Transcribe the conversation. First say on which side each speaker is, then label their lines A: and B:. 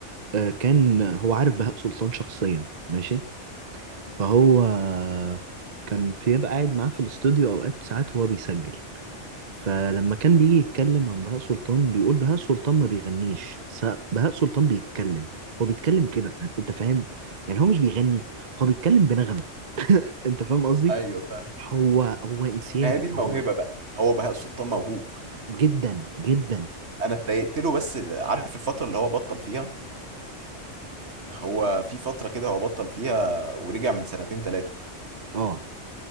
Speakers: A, on the right; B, on the right.
A: آه كان هو عارف بهاء سلطان شخصيا ماشي فهو آه، كان في بقى قاعد معاه في الاستوديو أوقات ساعات هو بيسجل فلما كان بيجي يتكلم عن بهاء سلطان بيقول بهاء سلطان ما بيغنيش س- بهاء سلطان بيتكلم هو بيتكلم كده أنت فاهم يعني هو مش بيغني هو بيتكلم بنغمة انت فاهم قصدي
B: ايوه فاهم
A: هو هو انسيابي
B: ما هي دي الموهبه
A: هو
B: بقى هو بهاء سلطان موهوب
A: جدا جدا
B: انا اتضايقت له بس عارف الفتره اللي هو بطل فيها هو في فتره كده هو بطل فيها ورجع من سنتين ثلاثه
A: اه